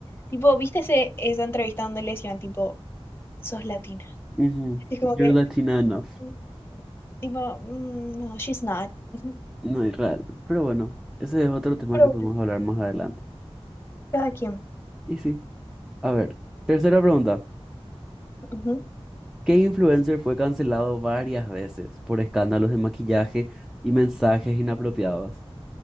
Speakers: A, on the left (about 20°); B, in the centre.
A: tipo, ¿viste ese, esa entrevista donde le decían, tipo, sos latina?
B: Ujú.
A: Y es como
B: You're
A: que,
B: Latina enough.
A: mm, tipo, "Mm, no, she's not. <laughs>
B: No es real. Pero bueno, ese es otro tema
A: Pero
B: que podemos
A: bueno,
B: hablar más adelante.
A: cada quien.
B: Y sí. A ver, tercera pregunta.
A: Ujú.
B: ¿Qué influencer fue cancelado varias veces por escándalos de maquillaje y mensajes inapropiados?